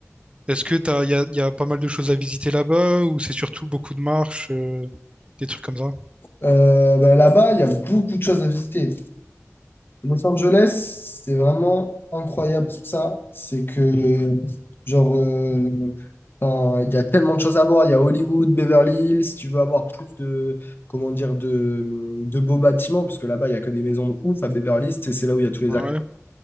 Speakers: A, on the right (about 20°); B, on the left (about 45°).
A: est-ce que t'as il y a, y a pas mal de choses à visiter là-bas ou c'est surtout beaucoup de marches, euh, des trucs comme ça?
B: Euh, bah, là-bas, il y a beaucoup de choses à visiter. Los Angeles, c'est vraiment incroyable sur ça. C'est que, genre, euh, enfin, il y a tellement de choses à voir. Il y a Hollywood, Beverly Hills. Si tu veux avoir plus de, comment dire, de, de beaux bâtiments, parce que là-bas, il y a que des maisons de ouf à Beverly Hills, et c'est là où il y a tous les
A: Ouais.
B: acteurs.